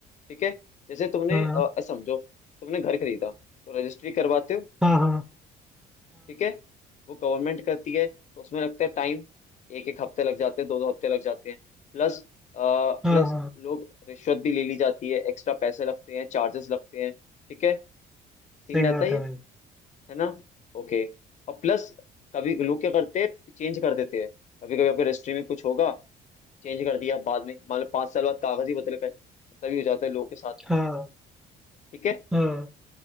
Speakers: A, on the left (about 45°); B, in the centre.
A: ठीक है जैसे तुमने
B: हाँ
A: अ, समझो तुमने घर खरीदा तो रजिस्ट्री करवाते हो
B: हाँ हाँ
A: ठीक है वो गवर्नमेंट करती है तो उसमें लगता है टाइम एक एक हफ्ते लग जाते हैं दो दो हफ्ते लग जाते हैं प्लस आ,
B: हाँ
A: प्लस
B: हाँ हाँ
A: लोग रिश्वत भी ले ली जाती है एक्स्ट्रा पैसे लगते हैं चार्जेस लगते हैं ठीक है सीन
B: सही
A: रहता
B: बात
A: है ये
B: है भाई
A: है ना ओके और प्लस कभी लोग क्या करते हैं चेंज कर देते हैं कभी कभी आपके रजिस्ट्री में कुछ होगा चेंज कर दिया बाद में मान लो पाँच साल बाद कागज ही बदल गए तभी हो जाता है लोगों के साथ में
B: हाँ
A: ठीक है
B: हाँ